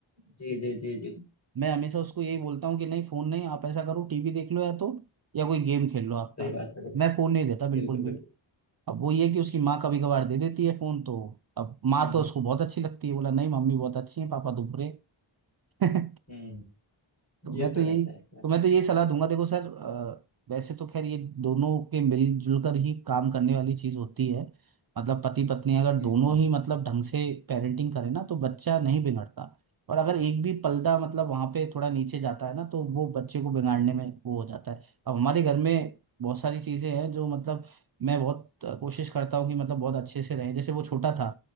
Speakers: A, on the left (about 35°); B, on the right (about 50°).
A: जी जी जी जी
B: मैं हमेशा उसको यही बोलता हूँ कि नहीं फोन नहीं आप ऐसा करो टीवी देख लो या तो या कोई गेम खेल लो आपका
A: सही बात है
B: मैं फोन नहीं देता बिल्कुल
A: बिल्कुल
B: भी
A: बिल्कुल
B: अब वो ये है कि उसकी माँ कभी कभार दे देती है फोन तो अब माँ
A: हम्म
B: तो
A: हम्म
B: उसको बहुत अच्छी लगती है बोला नहीं मम्मी बहुत अच्छी है पापा तो बुरे <laughs>
A: हम्म,
B: तो
A: ये
B: मैं
A: तो
B: तो
A: रहता
B: यही
A: है खैर
B: तो मैं तो यही सलाह दूंगा देखो सर अ, वैसे तो खैर ये दोनों के मिलजुल कर ही काम करने वाली चीज होती है मतलब पति पत्नी अगर
A: हम्म
B: दोनों
A: हम्म
B: ही मतलब ढंग से पेरेंटिंग करे ना तो बच्चा नहीं बिगड़ता और अगर एक भी पलड़ा मतलब वहां पे थोड़ा नीचे जाता है ना तो वो बच्चे को बिगाड़ने में वो हो जाता है अब हमारे घर में बहुत सारी चीजें हैं जो मतलब मैं बहुत अ, कोशिश करता हूँ कि मतलब बहुत अच्छे से रहे जैसे वो छोटा था